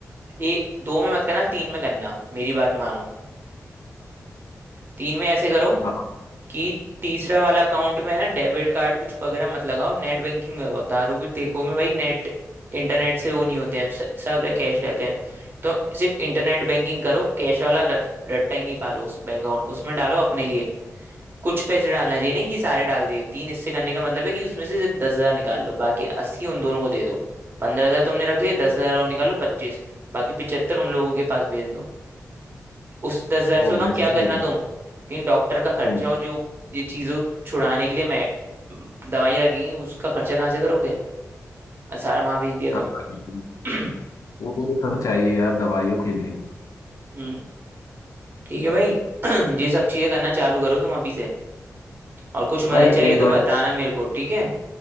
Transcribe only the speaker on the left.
हाँ
वो
भाई
सही
है
हम्म
हाँ
हाँ,
वो तो चाहिए यार दवाइयों के लिए भी
भाई
एक
दो